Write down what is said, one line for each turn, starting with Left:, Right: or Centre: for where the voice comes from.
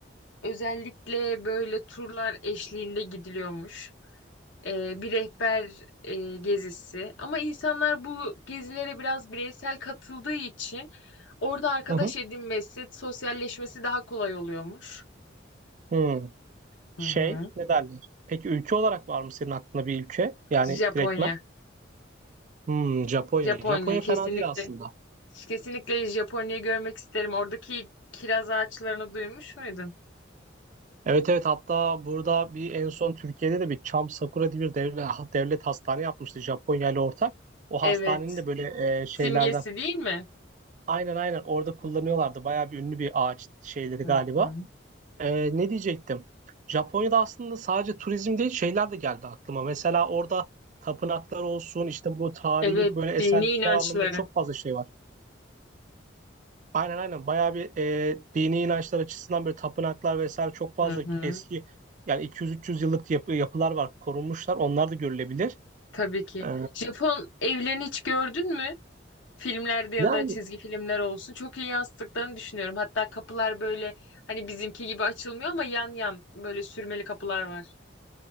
Left: Özellikle böyle turlar eşliğinde gidiliyormuş. Ee, bir rehber e, gezisi. Ama insanlar bu gezilere biraz bireysel katıldığı için orada arkadaş
Right: Hı hı.
Left: edinmesi, sosyalleşmesi daha kolay oluyormuş.
Right: Hmm. Şey
Left: Hı hı.
Right: ne derler? Peki ülke olarak var mı senin aklında bir ülke? Yani
Left: Japonya.
Right: direktmen. Hmm, Japonya.
Left: Japonya
Right: Japonya
Left: kesinlikle.
Right: fena değil aslında.
Left: Kesinlikle Japonya'yı görmek isterim. Oradaki kiraz ağaçlarını duymuş muydun?
Right: Evet evet hatta burada bir en son Türkiye'de de bir Çam Sakura diye bir devlet, devlet hastane yapmıştı Japonya ile ortak. O
Left: Evet.
Right: hastanenin de böyle e, şeylerden
Left: Simgesi değil mi?
Right: aynen aynen orada kullanıyorlardı.
Left: Hı hı.
Right: Bayağı bir ünlü bir ağaç şeyleri
Left: Hı
Right: galiba.
Left: hı.
Right: E, ne diyecektim? Japonya'da aslında sadece turizm değil şeyler de geldi aklıma. Mesela orada tapınaklar olsun işte bu tarihi
Left: Evet,
Right: böyle eserler
Left: dini inançları.
Right: anlamında çok fazla şey var. Aynen aynen bayağı bir e, dini inançlar açısından böyle tapınaklar vesaire çok fazla
Left: Hı hı.
Right: eski yani 200-300 yıllık yapı, yapılar var korunmuşlar onlar da görülebilir.
Left: Tabii ki.
Right: Ee,
Left: Japon evlerini hiç gördün mü? Filmlerde ya
Right: yani
Left: da çizgi filmler olsun. Çok iyi yansıttıklarını düşünüyorum. Hatta kapılar böyle hani bizimki gibi açılmıyor ama yan yan böyle sürmeli kapılar var.